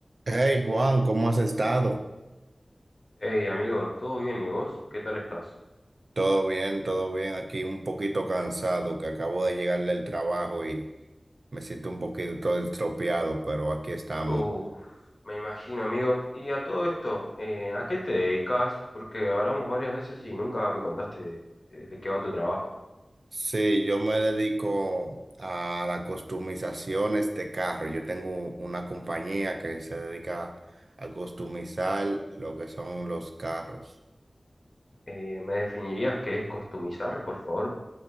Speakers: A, on the right; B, on the left.
A: Hey Juan, ¿cómo has estado?
B: Hey amigo, ¿todo bien y vos? ¿Qué tal estás?
A: Todo bien, todo bien. Aquí un poquito cansado, que acabo de llegar del trabajo y me siento un poquito todo estropeado, pero aquí estamos.
B: Uf, me imagino amigo. Y a todo esto, eh, ¿a qué te dedicas? Porque hablamos varias veces y nunca me contaste eh, de, qué va tu trabajo.
A: Sí, yo me dedico a las customizaciones de este carro. Yo tengo una compañía que se dedica a customizar lo que son los carros,
B: Eh, ¿me definirías qué es customizar, por favor?